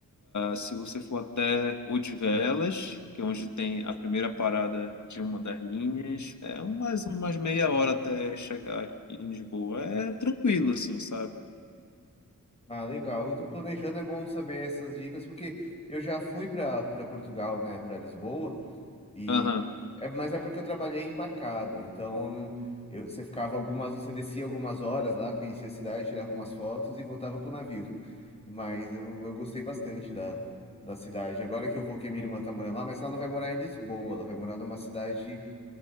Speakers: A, on the left (about 60°); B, on the left (about 20°).
A: Se você for até Odivelas, que é onde tem a primeira parada de uma das linhas, é um- mais umas meia hora até chegar em Lisboa. É tranquilo, assim, sabe?
B: Ah, legal. Eu tô planejando, é bom saber essas dicas, porque eu já fui para para Portugal, né, para Lisboa. E
A: Aham.
B: é, mas é porque eu trabalhei embarcado, então eu não, eu- você ficava algumas, você descia algumas horas lá, conhecia a cidade, tirava umas fotos e voltava pro navio. Mas eu, eu gostei bastante da, da cidade. Agora que eu vou, que a minha irmã tá morando lá, mas ela não vai morar em Lisboa, ela vai morar numa cidade